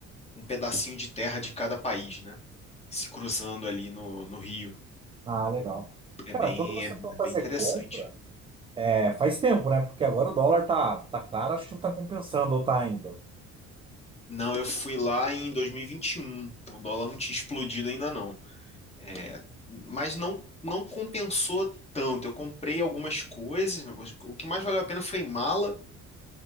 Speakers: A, on the left; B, on the right.
A: um pedacinho de terra de cada país, né, se cruzando ali no, no rio.
B: Ah, legal.
A: É
B: Cara,
A: bem,
B: quando você
A: é bem
B: for fazer
A: interessante.
B: compra, É, faz tempo, né? Porque agora o dólar tá, tá caro, acho que não tá compensando ou tá ainda.
A: Não, eu fui lá em 2021, então o dólar não tinha explodido ainda não. É, mas não, não compensou tanto. Eu comprei algumas coisas. O que mais valeu a pena foi mala,